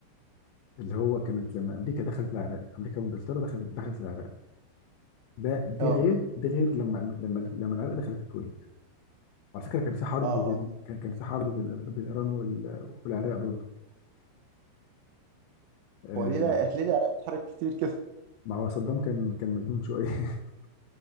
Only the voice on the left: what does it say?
اللي هو كانت لما امريكا دخلت العراق امريكا وانجلترا دخلت دخلت العراق ده دي
غير دي غير لما لما لما العراق دخلت الكويت وعلى فكره كان في حرب
بين
كان كان في حرب بين بين ايران وال- والعراق برضه آه
يعني
ما هو صدام كان كان مجنون شويه <laughs>